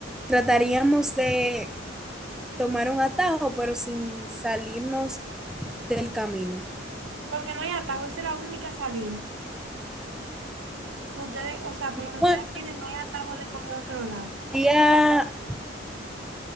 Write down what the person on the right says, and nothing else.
Porque no hay atajo, esa es la única salida. Que ustedes, o sea, por lo que ustedes
tienen, no hay atajo de coger otro lado.